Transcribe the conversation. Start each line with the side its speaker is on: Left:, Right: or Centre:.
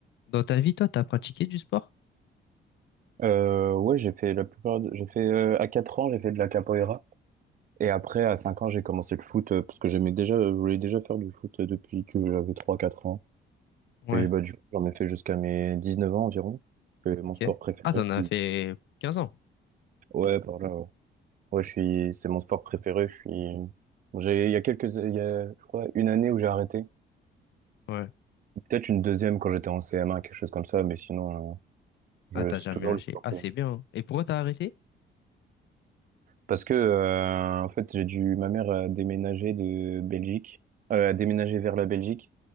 Left: Dans ta vie, toi, t'as pratiqué du sport?
Right: Euh, ouais, j'ai fait la plupart. de- J'ai fait euh, à 4 ans, j'ai fait de la capoeira. Et après, à 5 ans, j'ai commencé le foot euh, parce que j'aimais déjà, euh, je voulais déjà faire du foot euh, depuis que j'avais trois quatre ans.
Left: Ouais,
Right: Et bah, du coup, j'en ai fait jusqu'à mes 19 ans environ. C'est mon
Left: ok.
Right: sport préféré.
Left: Ah, t'en
Right: Je
Left: as
Right: suis...
Left: fait 15 ans.
Right: Ouais, par là, ouais. Ouais, je suis, c'est mon sport préféré. Je suis, j'ai, il y a quelques, il y a, je crois, une année où j'ai arrêté.
Left: Ouais.
Right: Peut-être une deuxième quand j'étais en CM1, quelque chose comme ça, mais sinon, euh, je,
Left: Ah, t'as
Right: c'est
Left: jamais
Right: toujours
Left: lâché.
Right: le sport.
Left: Ah, c'est bien. hein. Et pourquoi t'as arrêté?
Right: Parce que, euh, en fait, j'ai dû, ma mère a déménagé de Belgique, euh, a déménagé vers la Belgique.